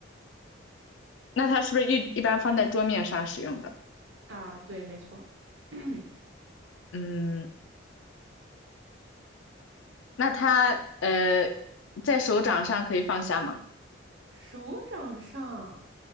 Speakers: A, on the left; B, on the right.
A: 那它是不是一一般放在桌面上使用的？
B: 啊，对，没错。<coughs> <clears throat>
A: 嗯，那它呃在手掌上可以放下吗？
B: 手掌上。